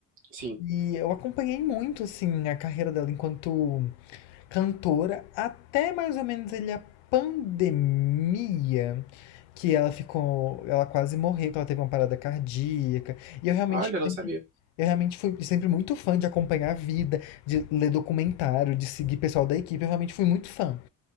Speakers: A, on the right; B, on the left.
A: Sim.
B: E eu acompanhei muito, assim, a carreira dela enquanto cantora até mais ou menos ele a pandemia, que ela ficou, ela quase morreu, que ela teve uma parada cardíaca. E eu realmente
A: Olha, eu não
B: sempre,
A: sabia.
B: eu realmente fui sempre muito fã de acompanhar a vida, de ler documentário, de seguir pessoal da equipe, eu realmente fui muito fã.